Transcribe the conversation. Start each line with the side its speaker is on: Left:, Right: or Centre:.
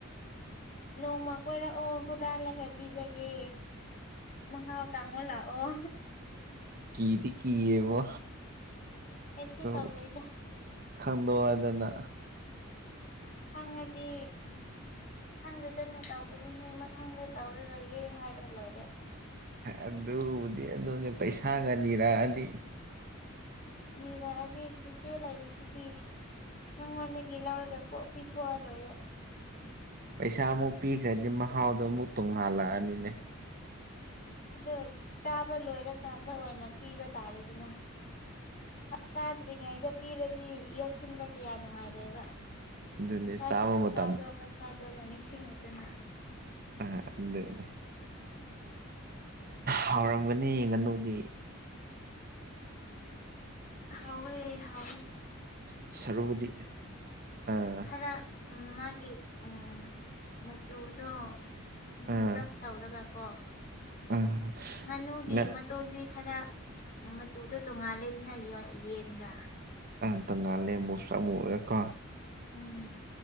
Left: ꯅꯣꯡꯃ ꯀꯣꯏꯔꯛꯑꯣ ꯍꯨꯔꯥꯜꯂꯒ ꯄꯤꯖꯒꯦ ꯃꯍ ꯍꯥꯎ ꯀꯥꯃꯣꯂꯥ ꯑꯣ
Right: ꯀꯤꯗꯤ ꯀꯤꯌꯦꯦꯕꯣ
Left: ꯀꯩꯁꯨ
Right: ꯁ
Left: ꯇꯧꯔꯣꯏꯗ
Right: ꯈꯪꯗꯣꯛ ꯍꯥꯏꯗꯅ
Left: ꯈꯪꯉꯗꯤ ꯈꯪꯗꯨꯗꯅ ꯇꯧꯕꯅꯤꯍꯦ ꯃꯊꯪꯗ ꯇꯧꯔꯔꯣꯏꯒꯦ ꯍꯥꯏꯔ ꯂꯣꯏꯔꯦ
Right: ꯑꯗꯨꯗꯤ ꯑꯗꯨꯅꯦ ꯄꯩꯁꯥꯒ ꯂꯤꯔꯛꯑꯅꯤ
Left: ꯅꯤꯔꯥꯑꯅꯤ ꯏꯆꯦꯆꯦ ꯂꯩꯔꯤꯁꯤꯗꯤ ꯅꯪꯉꯣꯟꯗꯒꯤ ꯂꯧꯔꯒ ꯀꯣꯛ ꯄꯤꯊꯣꯛꯑ ꯂꯣꯏꯔꯣ
Right: ꯄꯩꯁꯥ ꯑꯃꯨꯛ ꯄꯤꯈ꯭ꯔꯗꯤ ꯃꯍꯥꯎꯗꯣ ꯑꯃꯨꯛ ꯇꯣꯡꯉꯥꯜꯂꯛꯑꯅꯤꯅꯦ
Left: ꯑꯗꯨ ꯆꯥꯕ ꯂꯣꯏꯔꯀꯥꯟꯗ ꯑꯣꯏꯅ ꯄꯤꯕ ꯇꯥꯔꯦ ꯑꯗꯨꯅ ꯆꯥꯗ꯭ꯔꯤꯉꯩꯗ ꯄꯤꯔꯗꯤ ꯌꯣꯠꯁꯤꯟꯕ ꯀꯌꯥ ꯅꯨꯡꯉꯥꯏꯔꯣꯏꯕ
Right: ꯑꯗꯨꯅꯤ
Left: ꯉꯁꯥꯏꯒꯤ
Right: ꯆꯥꯕ
Left: ꯄꯩꯁꯥꯗꯣ
Right: ꯃꯇꯝ
Left: ꯄꯩꯁꯥꯗꯣꯅ ꯅꯤꯡꯁꯤꯡꯉꯛꯇꯅ
Right: ꯑ ꯑꯗꯨꯅꯤ ꯍꯥꯎꯔꯝꯒꯅꯤ ꯌꯦ ꯉꯥꯅꯨꯗꯤ
Left: ꯍꯋꯦ ꯍꯋꯦ
Right: ꯁꯔꯨꯕꯗꯤ ꯑ
Left: ꯈꯔ ꯃꯥꯒꯤ ꯎ ꯃꯆꯨꯗꯣ ꯃꯨꯔꯛ
Right: ꯑꯥ
Left: ꯇꯧꯔꯒ ꯀꯣ
Right: ꯑꯥ
Left: ꯉꯥꯅꯨꯒꯤ
Right: ꯉꯠ
Left: ꯃꯇꯣꯗꯤ ꯈꯔ ꯅꯪ ꯃꯆꯨꯗꯣ ꯇꯣꯡꯉꯥꯜꯂꯦꯗꯅ ꯌꯦꯟꯒ
Right: ꯑ ꯇꯣꯡꯉꯥꯂꯦ ꯃꯨꯁ꯭ꯔꯥ ꯃꯔꯦꯀꯣ ꯑ
Left: ꯎꯝ